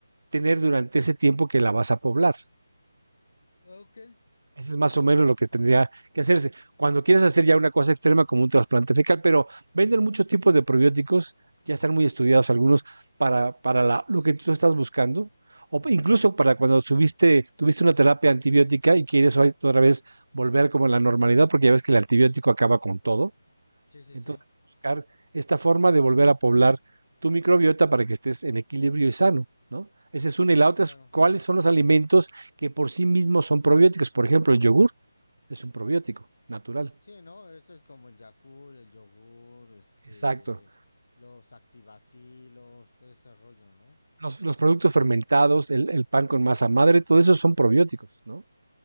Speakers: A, on the right; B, on the left.
A: tener durante ese tiempo que la vas a poblar.
B: ujú. Ok.
A: Eso es más o menos lo que tendría que hacerse. Cuando quieres hacer ya una cosa extrema como un trasplante fecal, pero venden muchos tipos de probióticos, ya están muy estudiados algunos para, para la, lo que tú estás buscando, o
B: Ujú.
A: incluso para cuando subiste, tuviste una terapia antibiótica y quieres otra vez volver como a la normalidad, porque ya ves que el antibiótico acaba con todo.
B: Sí, sí,
A: Entonces,
B: sí.
A: buscar esta forma de volver a poblar tu microbiota para que estés en equilibrio y sano, ¿no? Esa es una. Y
B: Sí,
A: la otra
B: claro.
A: es cuáles son los alimentos que por sí mismos son probióticos. Por ejemplo, el yogur es un probiótico natural.
B: Sí, ¿no? Eso es como el Yakult, el yogur, este,
A: Exacto.
B: los activacilos, todo ese rollo, ¿no?
A: Los, los productos fermentados, el, el, pan con masa madre, todo eso son probióticos, ¿no?